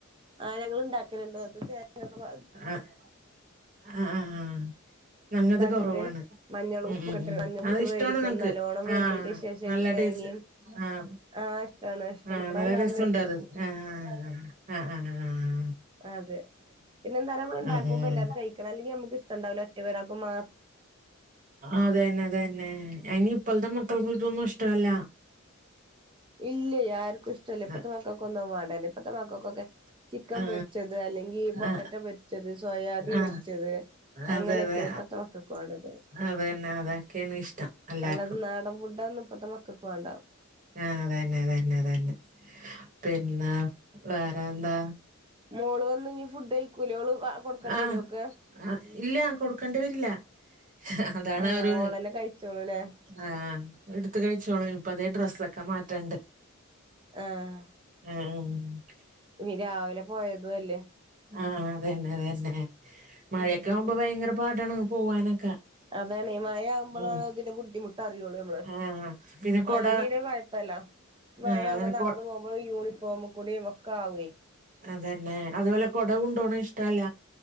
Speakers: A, on the right (about 25°); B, on the right (about 40°).
A: ആഹ് ഞങ്ങള് ണ്ടാക്കല്ണ്ട് അത് തേങ്ങ ഒക്കെ വ
B: ആഹ് ആ ആ ആഹ്. ഞങ്ങത്
A: ഇതാക്കിട്ട്
B: കൊറവാണ്
A: മഞ്ഞളും
B: ഉം
A: ഉപ്പൊക്കെ
B: ഉം
A: ഇട്ട്
B: ഉം
A: മഞ്ഞളും
B: അത്
A: ഇട്ട്
B: ഇഷ്ട്ടാണ്
A: വേവിക്കും
B: ഞങ്ങക്ക്
A: നല്ലോണം വെന്തതിന്
B: ആഹ്
A: ശേഷം അയ്ക്ക്
B: നല്ല
A: തേങ്ങയും
B: ടേസ്റ്റ് ആഹ്
A: ആഹ് ഇഷ്ടാണ് ഇഷ്ടാണ്
B: ആഹ്
A: ഇവിടെ
B: നല്ല
A: എല്ലാരും
B: രസണ്ടു
A: കഴിക്കും
B: അത് ആഹ് ആ ആ ആ ആ
A: അതെ, പിന്നെ എന്താലാ നമ്മള് ണ്ടാക്കുമ്പോ
B: ആ ഉം
A: എല്ലാരും കയിക്കണം അല്ലെങ്കി നമ്മുക്ക് ഇഷ്ടണ്ടാവൂലാ ഒറ്റക്ക ഒരാക്ക് മാ
B: അതെന്നെ അതെന്നെ അനി ഇപ്പോഴ്ത്തെ മക്കൾക്ക് ഇതൊന്നും ഇഷ്ടല്ലാ.
A: ഇല്ല്യേ ആർക്കുഷ് ഇപ്പത്തെ
B: ആ
A: മക്കൾക്ക ഒന്നും വാണ്ടാല്ലാ ഇപ്പത്തെ മക്കക്കൊക്കേ ചിക്കം
B: ആ
A: പൊര്ച്ചത് അല്ലെങ്കി പൊട്ടാറ്റൊ
B: ആ
A: പൊര് ച്ചത് സോയാബി
B: ആ
A: പൊര്ച്ചത് അങ്ങനെയൊക്കേണ്
B: അതെ അതെ
A: ഇപ്പത്തമക്കക്ക് വാണ്ടത്.
B: അതന്നെ അതൊക്കെയാണ് ഇഷ്ടം എല്ലാർക്കും
A: അല്ലാതേ നാടം ഫുഡ്‌ ഒന്നും പ്പത്തെ മക്കക്ക് വാണ്ടാ.
B: ആഹ് അതന്നെ അതന്നെ അതന്നെ പിന്നെ വേറെ എന്താ?
A: മോള് വന്ന് ഇഞ്ഞി ഫുഡ് അയ്ക്കൂലേ ഓള് കൊടുക്കേണ്ടി
B: ആഹ്
A: വരോ ഓക്ക്
B: ആ ഇല്ലാ കൊടുക്കേണ്ടി വരില്ലാ. അതാണ്
A: ആഹ്
B: അവര്
A: ഓളന്നെ കഴിച്ചോളൂല്ലേ
B: ആഹ് എടുത്ത് കഴിച്ചോളൂ ഇപ്പ അതേ ഡ്രെസ്സൊക്കെ മാറ്റാണ്ട്.
A: ആഹ്.
B: ആഹ്
A: ഇവര് രാവിലെ പോയതും അല്ലേ
B: ആഹ് അത് തന്നെ അത് തന്നെ മഴയൊക്കെ
A: ഉം
B: ആവുമ്പോ ഭയങ്കര പാടാണ് പോവാനൊക്കെ
A: അതയല്ലേ ഈ മഴ ആകുമ്പോളാണ്
B: ഉം
A: ഇതിന്റെ ബുദ്ധിമുട്ട് അറിയൂള്ളൂ നമ്മള്
B: ആഹ് പിന്നെ കൊട
A: അല്ലെങ്കി പിന്നെ കുഴപ്പവില്ല മഴ
B: ആഹ്
A: ആവുമ്പോ
B: അങ്ങനെ
A: നടന്ന്
B: കൊ
A: പോകു മ്പോ യൂണിഫോമിക്കൂടെയും ഒക്കെ ആവുവേ
B: അതന്നെ അതുപോലെ കൊട കൊണ്ടോണത് ഇഷ്ടവല്ല